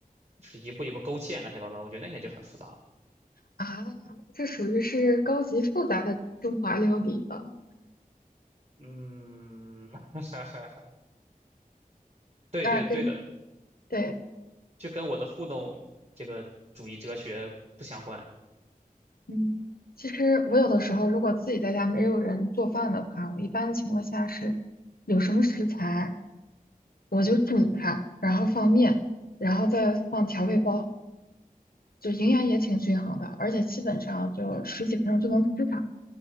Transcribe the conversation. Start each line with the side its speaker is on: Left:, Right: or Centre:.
Right: 就是一步一步勾芡乱七八糟，我觉得那些就很复杂
Left: 啊，这属于是高级复杂的中华料理了。
Right: 嗯，<laughs> 对对对的，
Left: 那跟对
Right: 就跟我的互动这个主义哲学不相关。
Left: 嗯，其实我有的时候如果自己在家没有人做饭的话，我一般情况下是有什么食材就煮它，然后放面，然后再放调味包，就营养也挺均衡的，而且基本上就十几分钟就能吃上，